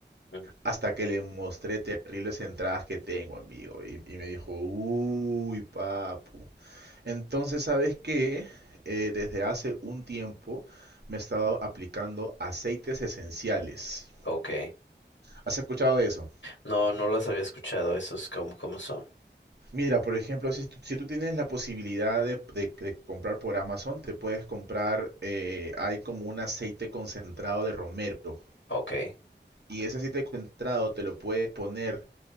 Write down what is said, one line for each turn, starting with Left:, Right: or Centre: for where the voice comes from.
Left: Mm,
Right: Hasta que le mostré terribles entradas que tengo, amigo. Y, y me dijo, uy, papu. Entonces, ¿sabes qué? Eh, desde hace un tiempo me he estado aplicando aceites esenciales.
Left: Ok.
Right: ¿Has escuchado de eso?
Left: No, no las había escuchado. Esos como, como son.
Right: Mira, por ejemplo, si, tú- si tú tienes la posibilidad de, de- de comprar por Amazon, te puedes comprar, eh, hay como un aceite concentrado de romero.
Left: Ok.
Right: Y ese aceite concentrado te lo puedes poner